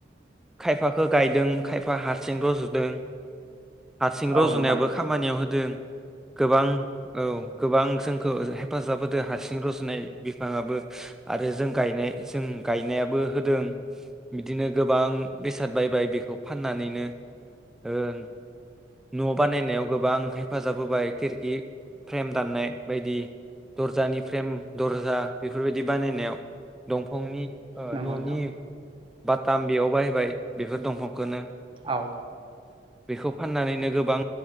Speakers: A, in the centre; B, on the right.
A: खायफाखो गायदों खायफा हारसिं रज'दों। हारसिं
B: औ
A: रज'नायाबो
B: नोंथां
A: खामानियाव होदों। गोबां औ गोबां सों हेफाजाब होदो हारसिं रजनाय बिफाङाबो आरो। जों गायनाय जों गायनायाबो होदों बिदिनो गोबां बेसाद बायबाय बेखौ फाननानैनो ओ- न' बानायनायाव गोबां हेफाजाब होबाय खिरखि फ्रेम दाननाय बायदि दरजानि फ्रेम दर्जा बेफोरबायदि बानायनायाव। दंफांनि। ओ
B: नंगौ
A: न'नि।
B: नोंथां
A: बाटाम बेयाव बाहायबाय बेफोर दंफांखौनो।
B: औ
A: बेखौ फाननानैनो गोबां